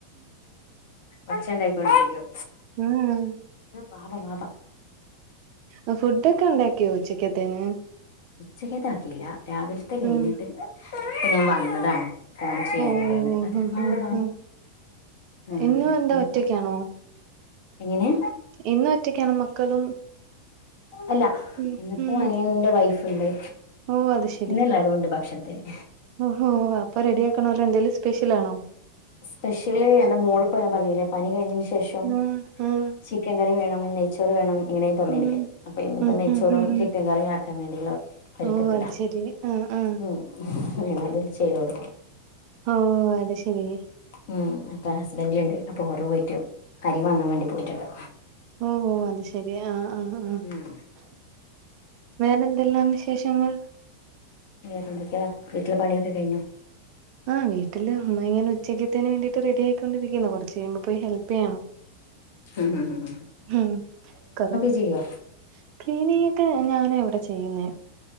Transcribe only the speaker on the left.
ഒച്ചണ്ടായിക്കൊണ്ടിരിക്കും.
വാവ വാവാ.
ഉച്ചക്കേതാക്കിയില്ല രാവിലത്തെ കഴിഞ്ഞിട്ട്
ഞാൻ വന്നതാണ്. ഫോൺ ചെയ്യാനല്ലേ
<unintelligible>
വാവ
ഉമ്
ഇഞ്ഞിപ്പോ
എങ്ങനെ?
അല്ല
ഇന്നിപ്പോ
അനിയന്റെ വൈഫ്ണ്ട്.
ഇന്നെല്ലാരുണ്ട് ഭക്ഷണത്തിന്
സ്പെഷ്യല് എന്റെ മോള്പോ ഞാന് പറഞ്ഞില്ലേ പനി കഴിഞ്ഞയിന് ശേഷം.
ചിക്കൻ കറി വേണം നെയ്ച്ചോറ് വേണം ഇങ്ങനെ പറഞ്ഞിരിക്കാം
അപ്പ ഇന്നപ്പോ
നെയ്ച്ചോറും
ചിക്കൻ കറിയും ആക്കാ ക്കാൻ വേണ്ടിള്ള ഒരുക്കത്തില
ഉം അതില് ചെയ്ത് കൊട്ക്കണം.
ഉം അപ്പം ഹസ്ബൻഡണ്ട് അപ്പൊ ഓര് പോയിട്ട് അരി വാങ്ങാൻ വേണ്ടി പോയിട്ട്ണ്ട്.
ഉം
വേറെന്തൊക്കയാ വീട്ടില് പണിയൊക്കെ കഴിഞ്ഞോ
ഉം ഉം ഉം
ലീവ്വാ